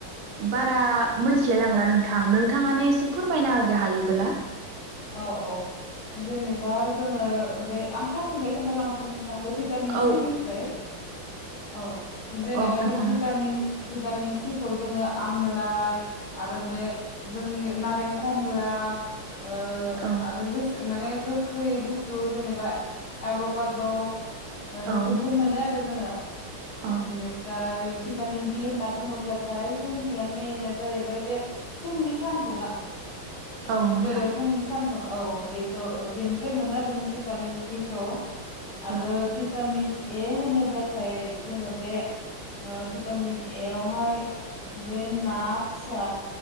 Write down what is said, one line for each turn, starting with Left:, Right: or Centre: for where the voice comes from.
Right: बारा मिथिलाय लांला नोंथां नोंथाङानो एसे फोरमायना होदो हायोबोला
Left: औ औ जेनेबा जोङो बे आं फास्टनिफायनो खिन्थालांसै नो थां भिटामिन
Right: औ
Left: सि निफ्राय औ जेनेबा
Right: औ खोन्थानो
Left: जों भिटामिन भिटामिन सि जोङो आमलाइ आरो बे जोंनि नारें खमब्ला ओ
Right: औ
Left: आरो जेसे माने गो खै बुस्थु जेनेबा एबाकाद' बेफोरनिफ्राय
Right: औ
Left: मोनो आरो जोङो
Right: औ
Left: बेनिफ्राय भिटामिन दि होनना बुङोब्लाथाय जोंनिया मेइन जाहैबाय बे फुंनि स सानदुङा
Right: औ नोंथां
Left: बेरे फुंनि सानदुं औ बेखौ बेनिफ्राय मोनो आरो जों भिटामिन दि खौ आरो
Right: औ
Left: भिटामिन ए होनोब्लाथाय जोङो बे ओ भिटामिन ए आवहाय बे ना फिसा